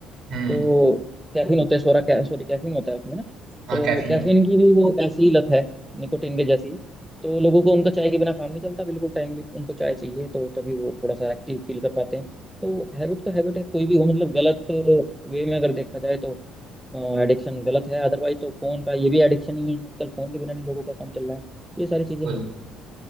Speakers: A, on the right; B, in the centre.
A: हम्म
B: तो कैफीन होता है सोरा कै, सॉरी कैफीन होता है उसमें ना
A: हाँ
B: तो
A: कैफीन
B: कैफीन
A: होता
B: की भी वो ऐसी ही लत है निकोटीन के जैसी ही। तो लोगों को उनका चाय के बिना काम नहीं चलता बिल्कुल टाइमली उनको चाय चाहिए तो तभी वो थोड़ा सा एक्टिव फील कर पाते हैं तो हैबिट तो हैबिट है कोई भी हो मतलब गलत वे में अगर देखा जाए तो एडिक्शन गलत है अदरवाइज तो फोन का ये भी एडिक्शन ही है आजकल फोन के बिना नहीं लोगों का काम चल रहा है ये
A: है
B: सारी
A: बिल्कुल
B: चीजें हैं